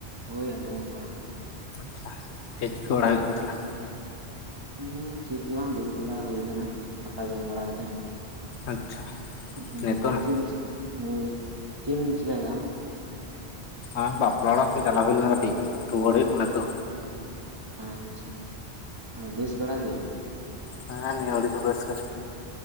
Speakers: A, on the right; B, on the left.
A: ᱦᱩᱭ ᱟᱸᱡᱚᱢᱚᱜ ᱠᱟᱱᱟ
B: ᱟᱪᱪᱷᱟ ᱪᱮᱫ ᱪᱤᱠ ᱵᱟᱲᱟ ᱦᱩᱭᱩᱜ ᱠᱟᱱᱟ ᱛᱟᱞᱦᱮ?
A: ᱩᱸ ᱪᱮᱫ ᱜᱮ ᱵᱟᱝ ᱫᱩᱲᱩᱵ ᱵᱟᱲᱟ ᱦᱩᱭᱩ ᱟᱠᱟᱱᱟ ᱫᱟᱠᱟ ᱡᱚᱢ ᱵᱟᱲᱟ ᱠᱟᱛᱮᱫ
B: ᱟᱪᱪᱷᱟ
A: ᱦᱩᱸ
B: ᱱᱤᱛᱚᱜ ᱱᱟ
A: ᱪᱮᱫ ᱪᱤ ᱦᱳᱭ ᱪᱮᱫᱮᱢ ᱪᱤᱠᱟᱹᱭᱮᱫᱟ ᱟᱢ?
B: ᱟᱢ ᱵᱟᱯᱞᱟ ᱚᱲᱟᱜ ᱥᱮᱫ ᱪᱟᱞᱟᱣ ᱦᱩᱭ ᱞᱮᱱᱟ ᱠᱟᱹᱴᱤᱡ ᱨᱩᱣᱟᱹᱲ ᱦᱩᱭᱩᱜ ᱠᱟᱱᱟ ᱛᱚ
A: ᱟᱪᱪᱷᱟ ᱵᱮᱥ ᱵᱟᱲᱟ ᱜᱮᱭᱟᱢ?
B: ᱦᱮᱸ ᱱᱤᱭᱟᱹ ᱟᱹᱲᱤ ᱫᱚ ᱵᱮᱥ ᱜᱮ,